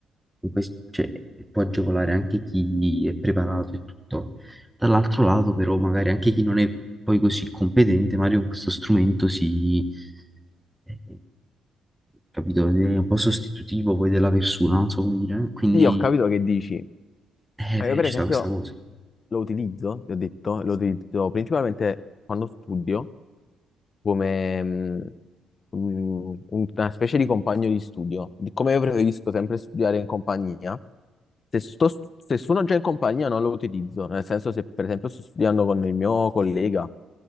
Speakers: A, in the centre; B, on the left.
A: questo, cioè, può agevolare anche chi è preparato e tutto. Dall'altro lato, però, magari anche chi non è poi così competente, magari con questo strumento si... eh, capito? È un po' sostitutivo poi della persona, non so come dire. Quindi,
B: Sì, ho capito che dici.
A: eh,
B: Ma
A: beh,
B: Io per
A: ci
B: esempio
A: sta questa cosa.
B: lo utilizzo, vi ho detto, lo utilizzo principalmente quando studio, come mm, mm, una specie di compagno di studio. Di- Come io preferisco sempre studiare in compagnia, se, sto, se sono già in compagnia non lo utilizzo, nel senso se per esempio sto studiando con il mio collega,